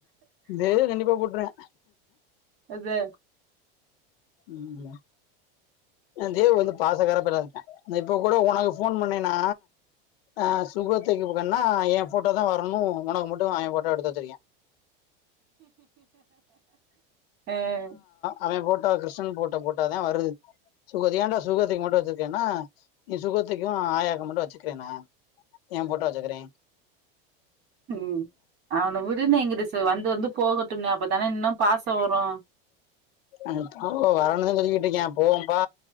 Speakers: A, on the left; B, on the right.
A: தேவு கண்டிப்பா போட்ருவே
B: அதே
A: ம் ம் அ தேவு வந்து பாசகாற பயலாதா இருக்கா இப்ப கூட உனக்கு ஃபோன் பண்ணேனா அ சுகத் தேகுபுகன்னா எ போட்டோதா வரணு ஒனக்கு மட்டு எ போட்ட எடுத்து வச்சுருக்கே
B: அ
A: அவே போட்டா கிருஷ்ணன் போட்டா போட்டாதா வருது சுகத் ஏன்டா சுகத்துக்கு மட்டு வச்சிருக்கேன்னா நீ சுகத்திக்கு ஆயாக்கு மட்டு வச்சுக்றேனா எம் போட்டா வச்சுகிறே
B: ம் அவன விடுனே இங்குட்டுசே வந்து வந்து போகட்டும்னே அப்பத்தானே இன்னும் பாசோ வரு
A: அ பாக்க வரணுதா சொல்லிகிட்ருக்கியா போவோம்பா